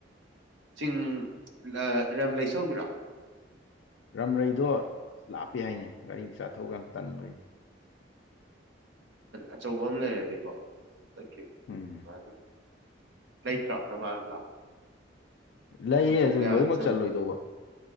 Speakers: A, on the right; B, on the left.
A: ꯆꯤꯡ ꯔꯝ ꯔꯝꯂꯩ ꯆꯠꯂꯨꯁꯤꯔꯣ
B: ꯔꯝꯔꯩꯗꯣ ꯂꯥꯞꯄꯦ ꯍꯥꯏꯅꯦ ꯒꯥꯔꯤ ꯃꯆꯥꯥ ꯊꯧꯕ ꯇꯥꯟꯕ ꯑꯩꯅ
A: ꯑꯆꯧꯕ ꯑꯃ ꯂꯩꯔꯗꯤꯀꯣ ꯆꯠꯈꯤꯕ
B: ꯎꯝ
A: ꯅꯨꯡꯉꯥꯢꯗꯧ ꯂꯩꯇ꯭ꯔꯣ ꯅꯃꯥꯟꯅꯕ
B: ꯂꯩꯌꯦ
A: ꯄꯨꯊꯣꯛꯄ
B: ꯑꯗꯨ
A: ꯌꯥꯔꯗꯤ
B: ꯂꯣꯏꯅꯃꯛ ꯆꯜꯂꯣꯏꯗꯧꯕ